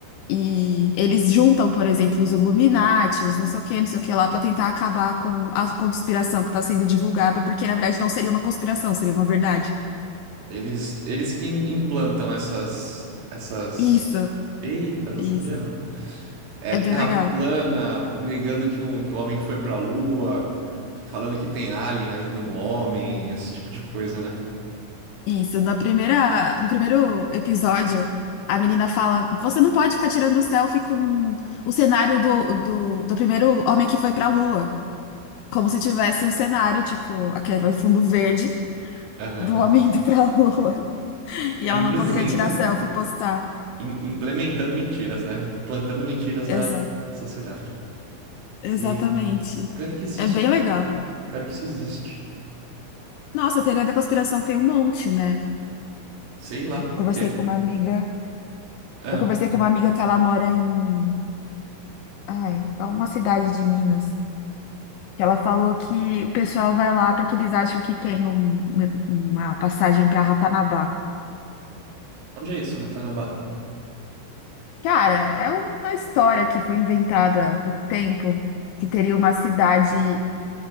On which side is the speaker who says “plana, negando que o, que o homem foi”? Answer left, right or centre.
Right